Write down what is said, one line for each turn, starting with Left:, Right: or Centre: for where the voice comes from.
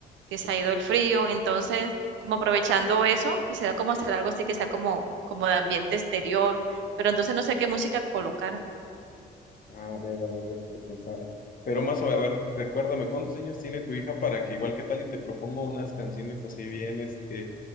Right: que se ha ido el frío, entonces como aprovechando eso, quisiera como hacer algo así que sea como, como de ambiente exterior, pero entonces no sé qué música colocar.
Left: A ver, a ver, déjame pensar. Pero más o menos, a ver, recuérdame, ¿cuántos años tiene tu hija para que igual que tal y te propongo unas canciones así bien, este,